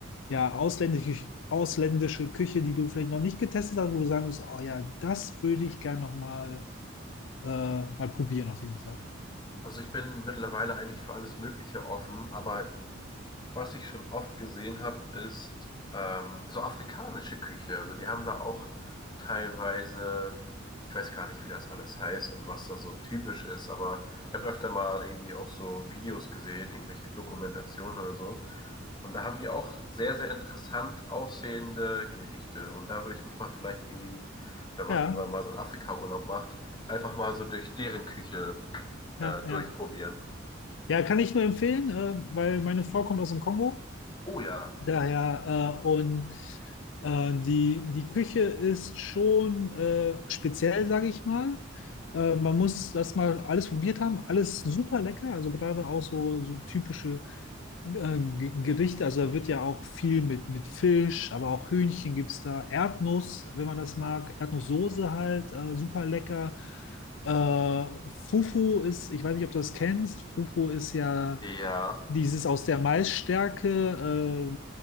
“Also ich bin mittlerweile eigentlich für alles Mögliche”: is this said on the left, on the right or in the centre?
Left